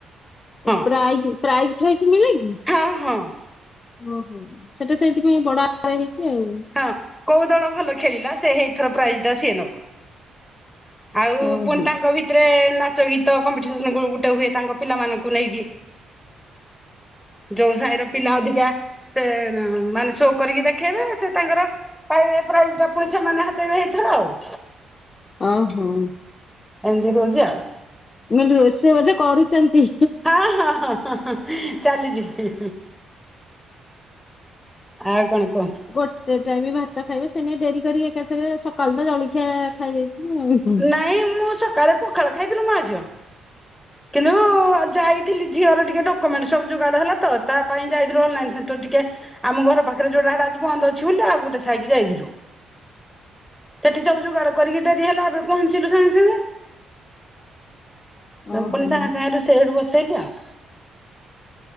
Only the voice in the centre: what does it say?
ହଁ
ହଁ, ହଁ।
ହଁ, କୋଉ ଦଳ ଭଲ ଖେଳିଲା ସେ ହେଇଥର ପ୍ରାଇଜ୍ ଟା ସିଏ ନବ। ଆଉ
ପୁଣି ତାଙ୍କ ଭିତରେ ନାଚ ଗୀତ କମ୍ପିଟିସନ ଗୁ ଗୁଟେ ହୁଏ ତାଙ୍କ ପିଲାମାନଙ୍କୁ ନେଇକି। ଯୋଉ ସାହି ର ପିଲା ଅଧିକା ସେ ର ମାନେ ସୋ କରିକି ଦେଖେଇବେ ସେ ତାଙ୍କର ପାଇବେ ପ୍ରାଇଜ୍ ଟା ପୁଣି ସେମାନେ ହାତେଇବେ ହେଇଥର ଆଉ
ଏମତି ହଉଚି ଆଉ।
ହଁ ହଁ ହଁ ହଁଁ ହଁ, ଚାଲି ଯିବି। ଆଉ କଣ କୁହନ୍ତୁ?
ନାଇଁ ମୁଁ ସକାଳେ ପଖାଳ ଖାଇଥିଲୁ ମା, ଝିଅ। କିନ୍ତୁ ଆଉ ଯାଇଥିଲି ଝିଅର ଟିକେ ଡକୋମେଣ୍ଟ ସବୁ ଯୋଗାଡେ ହେଲା ତ। ତା ପାଇଁ ଯାଇଥିଲୁ ଅନଲାଇନ ସେଣ୍ଟର ଟିକେ ଆମ ଘର ପାଖରେ ଯୋଉଟା ହେଟା ଆଜି ବନ୍ଦ ଅଛି ବୋଲି, ଆଉ ଗୋଟେ ସାଇକି ଯାଇଥିଲୁ। ସେଠି ସବୁ ଯୁଗାଡ କରିକି ଡରି ହେଲା। ଏବେ ପହଞ୍ଚିଲୁ ସାଙ୍ଗେ ସାଙ୍ଗେ। ତାପରେ
ଫୁଣି ସାଙ୍ଗେ ସାଙ୍ଗେ ରୁଷେଇ ହେଠୁ ବସେଇଲି ଆଉ।